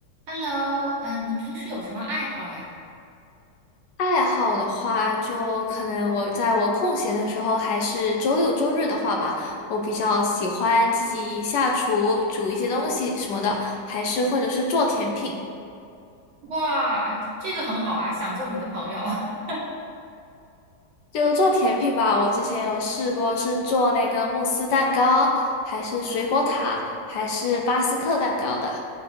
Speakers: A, on the right; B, on the left.
A: Hello，嗯，你平时有什么爱好呀？
B: 爱好的话，就可能我在我空闲的时候，还是周六周日的话吧，我比较喜欢自己下厨煮一些东西什么的，还是或者是做甜品。
A: 哇，这个很好啊，想做你的朋友 <laughs>
B: 就做甜品吧，我之前有试过是做那个慕斯蛋糕，还是水果塔，还是巴斯克蛋糕的。